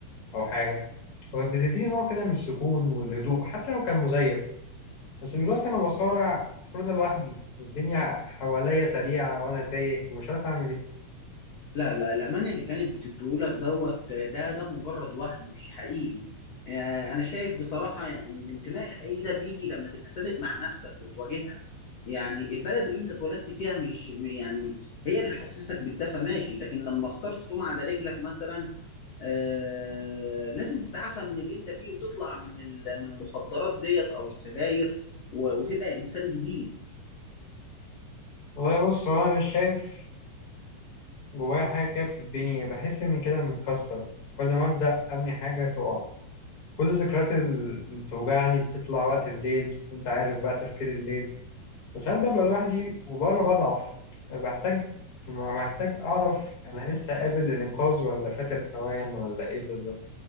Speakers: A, on the left (about 40°); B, on the left (about 65°).
A: أو حاجة وكانت بتديني نوع كده من السكون والهدوء حتى لو كان مزيف بس دلوقتي أنا بصارع كل ده لوحدي والدنيا حواليا سريعة وأنا تايه ومش عارف أعمل إيه
B: لا لا الأمان اللي كانت بتديهولك دوت ده ده مجرد وهم مش حقيقي آه، أنا شايف بصراحة يعني إن الانتماء الحقيقي ده بيجي لما تبقى صادق مع نفسك وتواجهها يعني البلد اللي أنت اتولدت فيها مش م- يعني هي اللي تحسسك بالدفى ماشي لكن لما اخترت تقوم على رجلك مثلا آه لازم تتعافى من اللي أنت فيه وتطلع من ال- من المخدرات ديت أو السجاير و- وتبقى إنسان جديد
A: والله بص هو أنا مش شايف جوايا حاجة كده بتتبني بحس إني كده متكسر كل ما أبدأ أبني حاجة تقع كل ذكرياتي اللي بتوجعني بتطلع وقت الليل وأنت عارف بقى تفكير الليل بس هل ببقى لوحدي وبره بضعف بحتاج محتاج أعرف أنا لسه قابل للإنقاذ ولا فات الأوان ولا إيه بالظبط